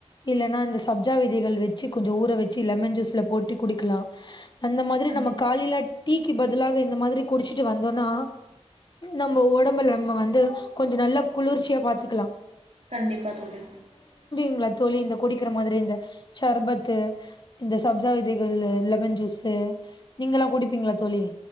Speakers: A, on the left; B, on the right.
A: இல்லன்னா இந்த சப்ஜா விதைகள் வச்சு கொஞ்ச ஊற வச்சு லெமன் ஜூஸ்ல போட்டு குடிக்கலாம் அந்த மாரி
B: கண்டிப்பா
A: நம்ம காலில
B: தோழி
A: டீ இதிலாக இந்த மாரி குடிச்சிட்டு வந்தோனா நம்ப உடம்புல நம்ப வந்து கொஞ்சம் நல்லா குளிர்ச்சியா பாத்துக்கலாம்
B: கண்டிப்பா தோழி
A: இல்ல தோழி இந்த குடிக்கிற மாதிரி இந்த சர்பத்து இந்த சப்ஜா விதைகளு லெமன் ஜூஸ் நீங்காள குடிப்பீங்களா தோழி